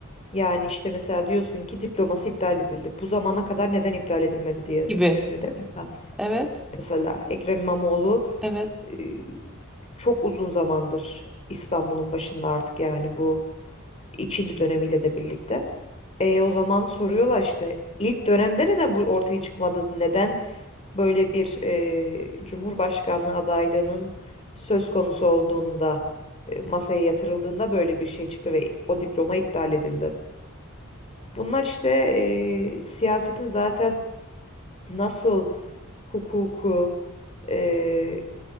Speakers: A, on the left; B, in the centre.
A: Yani işte mesela diyorsun ki diploması iptal edildi. Bu zamana kadar neden iptal edilmedi diye
B: gibi.
A: düşünüyor değil mi insan?
B: Evet,
A: Mesela Ekrem İmamoğlu
B: evet.
A: eee, çok uzun zamandır İstanbul'un başında artık yani bu ikinci dönemiyle de birlikte. E, o zaman soruyorlar işte ilk dönemde neden bu ortaya çıkmadı? Neden böyle bir e, Cumhurbaşkanlığı adaylığının söz konusu olduğunda e, masaya yatırıldığında böyle bir şey çıktı ve o diploma iptal edildi. Bunlar işte e, siyasetin zaten nasıl hukuku e,